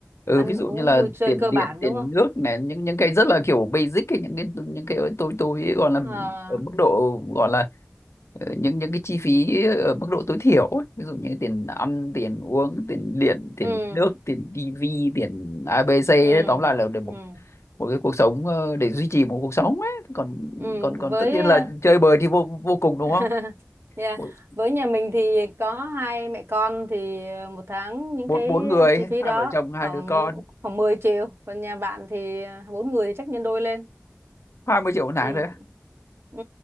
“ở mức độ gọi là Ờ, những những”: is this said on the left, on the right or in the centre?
Left